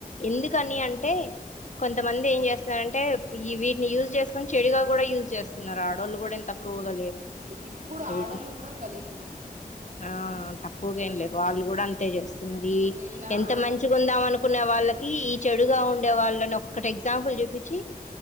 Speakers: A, on the left; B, on the right.
A: ఎందుకని
B: అవును
A: అంటే కొంతమంది ఏం చేస్తున్నంటే ఈ వీటిని యూజ్ చేసుకొని చెడుగా కూడా యూజ్ చేస్తున్నారు ఆడు అడోళ్ళు కూడా ఏం తక్కువుగ లేరు
B: ఇప్పుడు
A: చూపి
B: ఆడోళ్ళు కూడా గలీసుగున్నారు
A: ఆ తక్కువగా ఏం లేరు వాళ్ళు కూడా అంతే చేస్ సున్నది
B: నిన్న
A: ఎంత మంచిగా ఉందాం అను కునే వాళ్ళకి ఈ చెడుగా ఉండే వాళ్ళని ఒక్కటి ఎగ్జాంపుల్ చూపించి